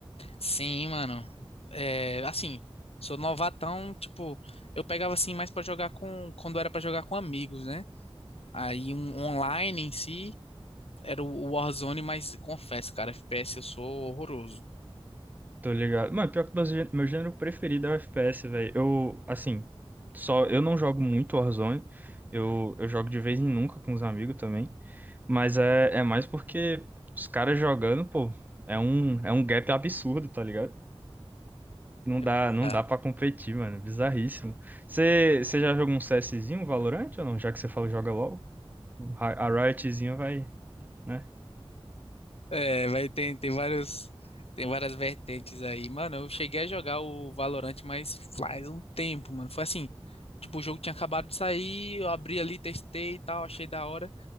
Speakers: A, on the left (about 80°); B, on the right (about 15°).
A: Sim, mano. É, assim, sou novatão, tipo, eu pegava assim mais pra jogar com, quando era pra jogar com amigos, né? Aí um online em si era o o Warzone, mas confesso, cara, FPS eu sou horroroso.
B: Tô ligado. Mano, pior que meu, gê- meu gênero preferido é o FPS, velho. Eu, assim, só eu não jogo muito Warzone. Eu, eu jogo de vez em nunca com os amigos também. Mas é, é mais porque os caras jogando, pô, é um, é um gap absurdo, tá ligado? Não
A: É
B: dá,
A: bizarro.
B: não dá pra competir, mano. Bizarríssimo. Você você já jogou um CSzinho, um Valorant ou não? Já que você falou joga LOL, o Ri- a Riotzinha vai, né?
A: É, vai tem, tem vários, tem várias vertentes aí. Mano, eu cheguei a jogar o Valorant, mas faz um tempo, mano. Foi assim, tipo, o jogo tinha acabado de sair, eu abri ali, testei e tal, achei da hora.